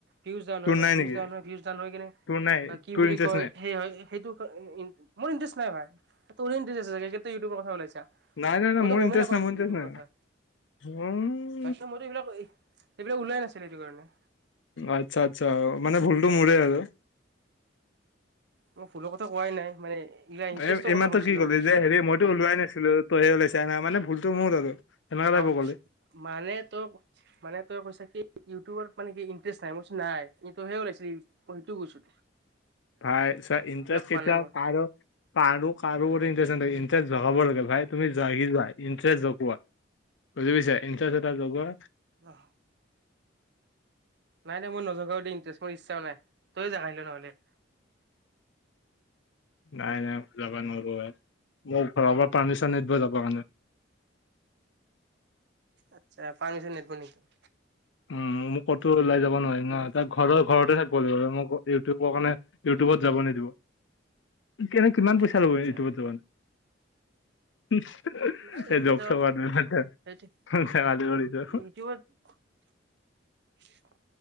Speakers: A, on the right; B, on the left.
A: ভিউজ ডাউন
B: তোৰ
A: হয়।
B: নাই
A: ভিউজ
B: নেকি
A: ডাউন হয় কিনে
B: তোৰ নাই
A: বা কি
B: তোৰ
A: বুলি
B: ইণ্টাৰেষ্ট
A: কয়
B: নাই
A: সেই হয় সেইটো মোৰ ইণ্টাৰেষ্ট নাই ভাই তোৰে ইণ্টেৰেষ্ট আছে ছাগে সেইকাৰণেটো ইউটিউবৰ কথা ওলাইছা।
B: নাই নাই নাই
A: মই
B: মোৰ
A: তো গমেই
B: ইণ্টাৰেষ্ট
A: নাপাও
B: নাই মোৰ
A: ইউটিউবৰ
B: ইণ্টাৰেষ্ট নাই
A: কথা
B: উম
A: তাৰিছত মইতো এইবিলাক এইবিলাক ওলাই নাছিলে এইটো কাৰণে
B: আচ্ছা আচ্ছা মানে ভুলতটো মৰে আৰু
A: মই ভুলৰ কথা কোৱাই নাই মানে এইগিলা ইণ্টাৰেষ্টৰ
B: এ এইমাত্ৰ
A: কথা কৈছিলো
B: কি কলি
A: আৰু
B: যে হেৰি মইতো ওলোৱাই নাছিলো তই ওাইচাহ নাই মানে ভুলতো মোৰ আৰু সেনেকুৱা
A: চাও
B: টাইপৰ ক'লি
A: মানে ত মানে তই কৈছা কি ইউটিউবত মানে কি ইন্টাৰেষ্ট নাই মই কৈছোঁ নাই, তইহে ওলাইছ মই সেইটো কৈছোঁ।
B: ভাই চা ইণ্টাৰেষ্ট কেতিয়া
A: কোৱা নাই মই
B: কাৰো কাৰো কাৰো প্ৰতি ইণ্টৰেষ্ট নেথাকে ইণ্টৰেষ্ট জগাব লাগে ভাই তুমি জাগি যোৱা ইণ্টাৰেষ্ট জগোৱা। বুজি পাইছা ইণ্টাৰেষ্ট এটা জগোৱা
A: অ। নাই নাই মই নজগাওঁ দেই ইটাৰেষ্ট মোৰ ইচ্ছা নাই, তইয় জগাই ল নহ'লে
B: <inaudible> নাই নাই যাব নোৱাৰো ভাই, মোক ঘৰৰ পৰা পাৰ্মিচন নিদিব যাব কাৰণে।
A: আচ্ছা পাৰ্মিচন নিদব নিকি?
B: উম মোক ক'তো ওলাই যাব নোৱাৰি ন
A: সেইটো
B: তাৰ ঘৰৰ ঘৰতে থাকিব লাগিব আৰু মোক ইউটিউবৰ কাৰণে ইউটিউবত যাব নিদিব। এনেই কিমান
A: আচ্ছা
B: পইচা ল'ব
A: আচ্ছা
B: ইউটিউবত ত যোৱা কাৰণে? <unintelligible> এনেই
A: নাই ইউটিউবত যাব
B: ধেমালী
A: সেইটোৱে
B: কৰিছোঁ।
A: ইউটিউবত <unintelligible>